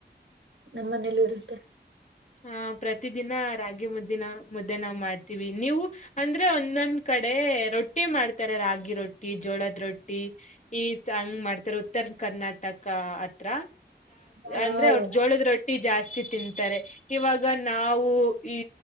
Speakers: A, on the right; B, on the left.
A: ನಮ್ಮ ಮನೇೆಯಲ್ಲಿ ಇರುತ್ತೆ.
B: ಹಾ ಪ್ರತಿದಿನ ರಾಗಿ ಮುದ್ದಿನ ಮುದ್ದೆ ನಾವು ಮಾಡ್ತತಿವಿ ನೀವು. ಅಂದ್ರೆ ಒಂದೊಂದ್ ಕಡೆ ರೊಟ್ಟಿ ಮಾಡ್ತಾರೆ ರಾಗಿ ರೊಟ್ಟಿ. ಜೋಳದ ರೊಟ್ಟಿ ಈ ಸಂಗ್ ಮಾಡ್ತಾರ ಉತ್ತರ ಕರ್ನಾಟಕ ಹತ್ರ
A: ಹಾ
B: ಅಂದ್ರೆ ಅವ್ರ ಜೋಳದ ರೊಟ್ಟಿ ಜಾಸ್ತಿ ತಿಂತಾರೆ. ಇವಾಗ ನಾವು ಈ